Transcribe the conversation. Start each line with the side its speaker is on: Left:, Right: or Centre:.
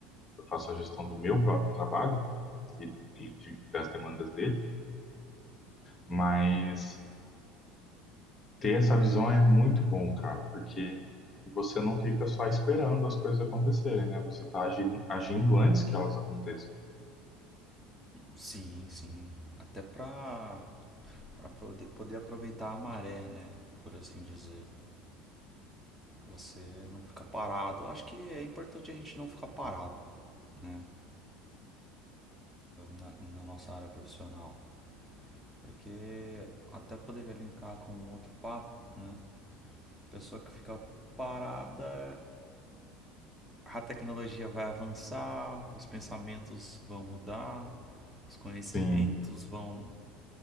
Left: eu faço a gestão do meu próprio trabalho e, e de, das demandas dele. Mas ter essa visão é muito bom, cara, porque você não fica só esperando as coisas acontecerem, né? Você está agindo, agindo antes que elas aconteçam.
Centre: Sim, sim. Até pra, pra poder poder aproveitar a maré, né? Por assim dizer. Você não fica parado. Eu Acho que é importante a gente não ficar parado, né? Na, na nossa área profissional. Porque até poderia linkar com um outro papo, né? Pessoa que fica parada, a tecnologia vai avançar, os pensamentos vão mudar, os conhecimentos
Left: Sim,
Centre: vão